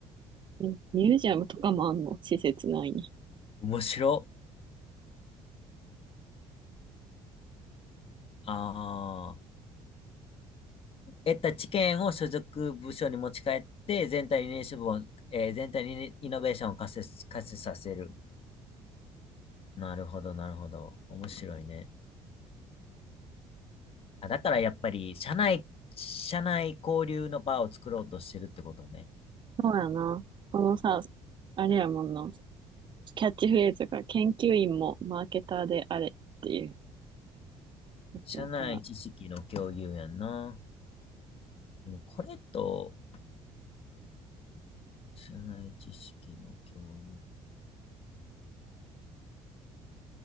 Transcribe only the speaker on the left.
面白。ああ。得た知見を所属部署に持ち帰って、全体にイノベーションを、えー全体にイノベーションを活性、活性させる。なるほど、なるほど。面白いね。あ、だからやっぱり、社内、社内交流の場を作ろうとしてるってことね。
社内知識の共有やんな。でもこれと、社内知識の共有。